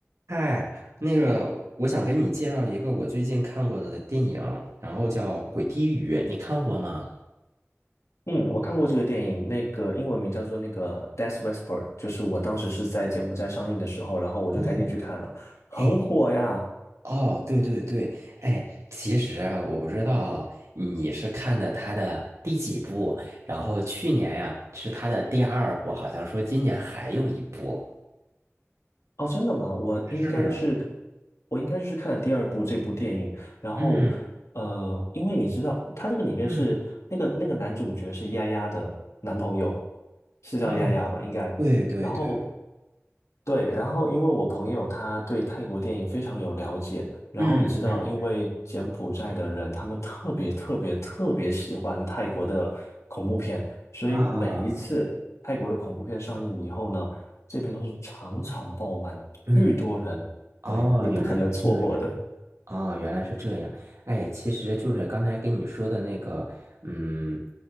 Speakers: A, on the right (about 75°); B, on the left (about 75°).
A: 嗨，那个，我想给你介绍一个我最近看过的电影，然后叫《鬼滴雨》，你看过吗？
B: 嗯，我看过这个电影，那个英文名叫做那个《Death Whisper》，就是我当时是在柬埔寨上映的时候，然后我就赶紧去看了，
A: 哦，
B: 很火呀。
A: 哎，哦，对对对，哎，其实啊，我不知道你是看的他的第几部，然后去年呀，是他的第二部，好像说今年还有一部。
B: 哦，真的吗？我应该是，
A: 是
B: 我应该就是看了第二部这部电影，然后呃，
A: 嗯
B: 因为你知道，他这个里面是那个那个男主角是丫丫的男朋友，
A: 嗯
B: 是叫丫丫吧？
A: 啊，
B: 应该。
A: 对对对，
B: 然后对，然后因为我朋友他对泰国电影非常有了解，然后你知道，
A: 嗯嗯
B: 因为柬埔寨的人他们特别特别特别喜欢泰国的恐怖片，所以每一次泰国的恐怖片上映以后呢。
A: 啊
B: 这边都是场场爆满，
A: 嗯，
B: 巨多人，
A: 哦，
B: 对，你不可能错过的。
A: 原来是这样。啊，原来是这样。哎，其实就是刚才跟你说的那个，嗯，